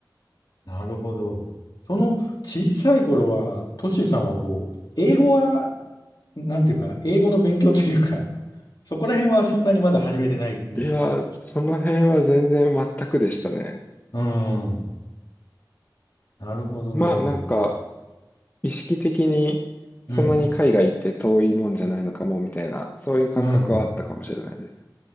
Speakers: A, on the left; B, on the left.
A: なるほど。その小さい頃は、トシさんはこう、英語は、なんていうか、英語の勉強というか、そこら辺はそんなにまだ始めてないんですか
B: いやー、その辺は全然全くでしたね。
A: うーん。なるほど、
B: まあ、
A: なるほど。
B: なんか、意識的に、
A: うん。
B: そんなに海外行って遠いもんじゃないのかも、みたいな、そういう感覚はあったかもしれないです。
A: うん。い